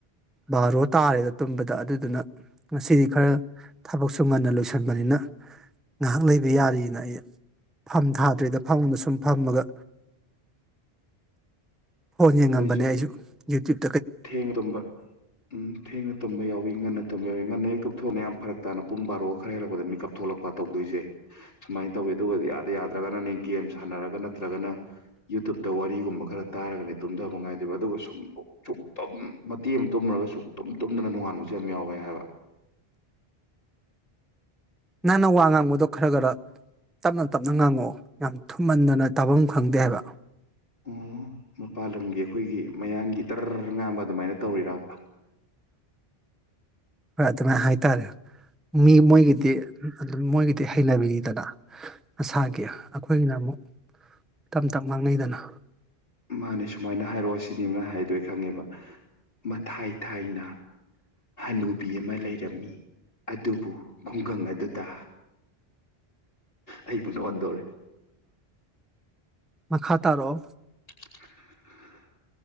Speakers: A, in the centre; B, on the left (about 70°).
A: ꯕꯥꯔꯣ ꯇꯥꯔꯦꯗ ꯇꯨꯝꯕꯗ ꯑꯗꯨꯗꯨꯅ ꯉꯁꯤꯗꯤ ꯈꯔ ꯊꯕꯛꯁꯨ ꯉꯟꯅ ꯂꯣꯏꯁꯤꯟꯕꯅꯤꯅ ꯉꯥꯏꯍꯥꯛ ꯂꯩꯕ ꯌꯥꯔꯤꯅ ꯑꯩ ꯐꯝ ꯊꯥꯗ꯭ꯔꯤꯗ ꯐꯝꯗ ꯁꯨꯝ ꯐꯝꯃꯒ ꯐꯣꯟ
B: ꯑꯩꯈꯣꯏꯁꯨ
A: ꯌꯦꯡꯉꯝꯕꯅꯦ ꯑꯩꯁꯨ ꯌꯨꯇ꯭ꯌꯨꯨꯞ
B: ꯊꯦꯡꯅ ꯇꯨꯝꯕ ꯎꯝ ꯊꯦꯡꯅ ꯇꯨꯝꯕ ꯌꯥꯎꯏꯤ ꯉꯟꯅ ꯇꯨꯝꯕ ꯌꯥꯎꯏ ꯉꯟꯅ ꯍꯦꯛꯇꯨꯞ ꯊꯣꯛꯅ ꯌꯥꯝ ꯐꯔꯛ ꯇꯥꯅ ꯄꯨꯡ ꯕꯥꯔꯣꯒ ꯈꯔ ꯍꯦꯜꯂꯛꯄꯗ ꯃꯤꯀꯑꯞ ꯊꯣꯛꯂꯛꯄ ꯇꯧꯗꯣꯏꯁꯦ ꯁꯨꯃꯥꯏꯅ ꯇꯧꯋꯤ ꯑꯗꯨꯒꯗꯤ ꯌꯥꯗꯦ ꯌꯥꯗ ꯅꯠꯇ꯭ꯔꯒꯅꯅꯦ ꯒꯦꯝ ꯁꯥꯟꯅꯔꯒ ꯅꯠꯇ꯭ꯔꯒꯅ ꯌꯨꯇꯨꯨꯞꯇ ꯋꯥꯔꯤꯒꯨꯝꯕ ꯈꯔ ꯇꯥꯔꯒꯅꯦ ꯇꯨꯝꯊꯕ ꯉꯥꯏꯗꯣꯏꯕ ꯑꯗꯨꯒ ꯁꯨꯝ ꯇꯨꯝ ꯃꯇꯦꯡ ꯑꯃ ꯇꯨꯝꯃꯨꯔꯒ ꯁ ꯇꯨꯝ ꯇꯨꯝꯗꯅ ꯅꯣꯡꯉꯥꯟꯕꯁꯨ ꯌꯥꯝ ꯌꯥꯎꯋꯦ ꯍꯥꯏꯕ
A: ꯅꯪꯅ ꯋꯥ ꯉꯥꯡꯕꯗꯣ ꯈꯔ ꯈꯔ ꯇꯞꯅ ꯇꯞꯅ ꯉꯥꯡꯉꯛꯑꯣ ꯌꯥꯝ ꯊꯨꯝꯍꯟꯗꯅ ꯇꯥꯐꯝ ꯈꯪꯗꯦ ꯍꯥꯏꯕ
B: ꯑꯣ ꯃꯄꯥꯥꯟ ꯂꯝꯒꯤ ꯑꯩꯈꯣꯏꯒꯤ ꯃꯌꯥꯡꯒꯤ ꯗꯔ ꯉꯥꯝꯕ ꯑꯗꯨꯃꯥꯏꯅ ꯇꯧꯔꯤꯔꯔꯕ
A: ꯔ ꯑꯗꯨꯃꯥꯏꯅ ꯍꯥꯏꯇꯥꯔꯦ ꯃꯤ ꯃꯣꯏꯒꯤꯗꯤ ꯑꯗꯨꯝ ꯃꯣꯏꯒꯤꯗꯤ ꯍꯩꯅꯕꯤꯅꯤꯗꯅ ꯃꯁꯥꯒꯤ ꯑꯩꯈꯣꯏꯒꯤꯅ ꯑꯃꯨꯛ ꯇꯞꯇꯞꯅ ꯉꯥꯡꯅꯩꯗꯅ
B: ꯃꯥꯅꯦ ꯁꯨꯃꯥꯏꯅ ꯍꯥꯏꯔꯛꯑꯣ ꯁꯤꯅꯤꯕꯅ ꯍꯥꯏꯗꯣꯏ ꯈꯪꯉꯦꯕ ꯃꯊꯥꯏ ꯊꯥꯏꯅ ꯍꯅꯨꯕꯤ ꯑꯃ ꯂꯩꯔꯝꯃꯤ ꯑꯗꯨꯕꯨ ꯈꯨꯡꯒꯪ ꯑꯗꯨꯗ ꯑꯩꯕꯨ ꯅ ꯑꯣꯟꯗꯣꯔꯦ
A: ꯃꯈꯥ ꯇꯥꯔꯛꯑꯣ
B: <unintelligible>